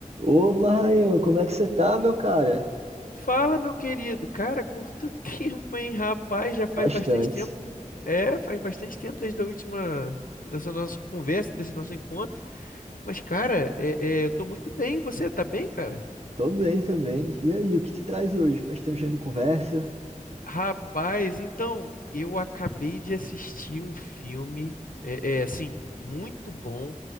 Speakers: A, on the right (about 50°); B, on the left (about 85°).
A: Opa, Rayan, como é que você tá, meu cara?
B: Fala, meu querido. Cara, quanto <laughs> tempo, hein, rapaz? Já faz
A: Bastante.
B: bastante tempo. É, faz bastante tempo desde a última, dessa nossa conversa, desse nosso encontro. Mas, cara, é, é, eu tô muito bem. E Você tá bem, cara?
A: Tô bem também. E aí, o que te traz hoje? Faz tempo que a gente não conversa.
B: Rapaz, então, eu acabei de assistir um filme, é, é, assim, muito bom.